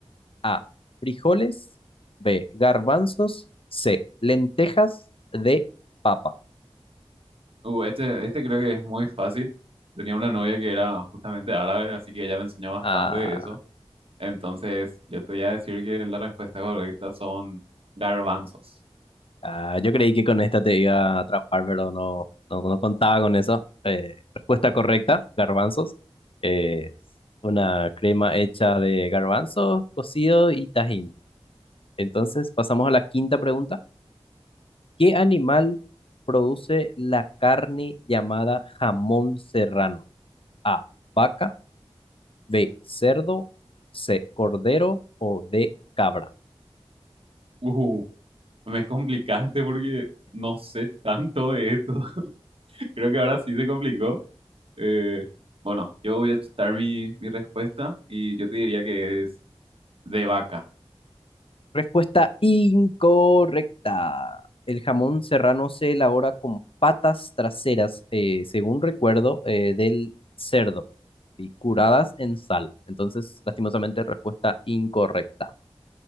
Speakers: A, on the left (about 55°); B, on the right (about 60°).
A: A, frijoles, B, garbanzos, C, lentejas, D, papa.
B: Uh, este, este creo que es muy fácil. Tenía una novia que era justamente árabe, así que ella me enseñó bastante
A: Ah.
B: de eso. Entonces, yo te voy a decir que la respuesta correcta son garbanzos.
A: Ah, yo creí que con esta te iba a atrapar, pero no, no, no contaba con eso. Eh, respuesta correcta, garbanzos. Eh, una crema hecha de garbanzos, cocido y tajín. Entonces, pasamos a la quinta pregunta. ¿Qué animal produce la carne llamada jamón serrano? A, vaca, B, cerdo, C, cordero o D, cabra.
B: Uh, me complicaste porque no sé tanto de esto. <laughs> Creo que ahora sí se complicó. Eh, bueno, yo voy a chutar mi, mi respuesta y yo te diría que es de vaca.
A: Respuesta incorrecta. El jamón serrano se elabora con patas traseras, eh, según recuerdo, eh, del cerdo y curadas en sal. Entonces, lastimosamente, respuesta incorrecta.